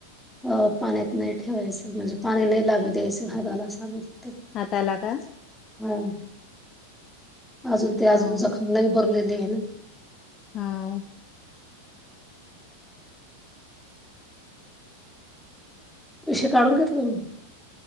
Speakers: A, in the centre; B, on the left (about 30°).
A: अ पाण्यात नाही ठेवायचं म्हणजे पाणी नाही लागू द्यायच हाताला सांगत होते.
B: हाताला का
A: हा अजून ते
B: हा
A: अजून जखम नाही भरलेले आहे ना
B: हा
A: पैसे काढून घेतले म